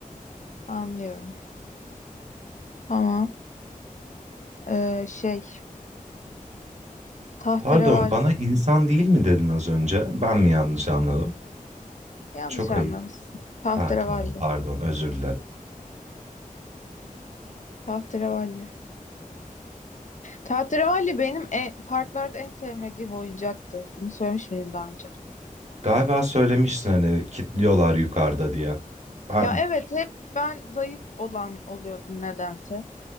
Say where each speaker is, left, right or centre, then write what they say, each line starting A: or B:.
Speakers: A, on the left; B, on the right.
A: Anlıyorum. Tamam. Ee, şey tahterevalli.
B: Pardon bana insan değil mi dedin az önce? Ben mi yanlış anladım?
A: Yanlış
B: Çok
A: anlamışsın.
B: ayıp.
A: Tahterevalli.
B: Ha tamam pardon özür dilerim.
A: Tahterevalli. Tahterevalli benim e, parklarda en sevmediğim oyuncaktı. Bunu söylemiş miydim daha önce?
B: Galiba söylemiştin hani kitliyorlar yukarıda diye. Ben,
A: Ya evet hep ben zayıf olan oluyordum nedense.